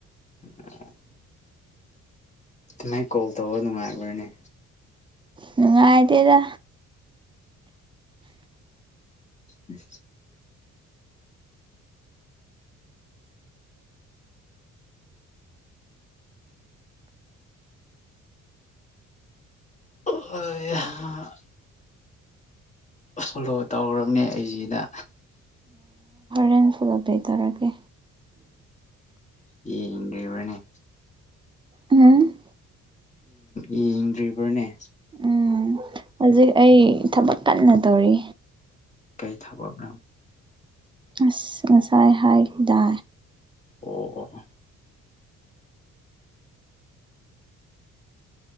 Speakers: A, on the left; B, on the right.
A: ꯑ ꯑꯗꯨꯃꯥꯏꯅ ꯀꯣꯜ ꯇꯧꯕ ꯅꯨꯡꯉꯥꯏꯔꯕꯣꯏꯅꯦ
B: ꯅꯨꯡꯉꯥꯏꯗꯦꯗ
A: ꯎ ꯑꯣ ꯐꯣꯂꯣ ꯇꯧ꯭ꯔꯕꯅꯦ ꯑꯩꯁꯤꯅ
B: ꯇꯦꯟ ꯐꯨꯂ ꯄꯦ ꯇꯧꯔꯛꯒꯦ
A: ꯌꯦ ꯏꯗꯕꯅꯦ
B: ꯎꯝ
A: ꯌꯦꯡꯗ꯭ꯔꯤꯕ꯭ꯔꯅꯦ
B: ꯎꯝ ꯍꯧꯖꯤꯛ ꯑꯩ ꯊꯕꯛ ꯀꯟꯅ ꯇꯧꯔꯤ
A: ꯀꯩ ꯊꯕꯕ꯭ꯔ
B: ꯑꯁ ꯉꯁꯥꯏ ꯍꯥꯏꯈꯤꯗꯥ
A: ꯑꯣ ꯑꯣ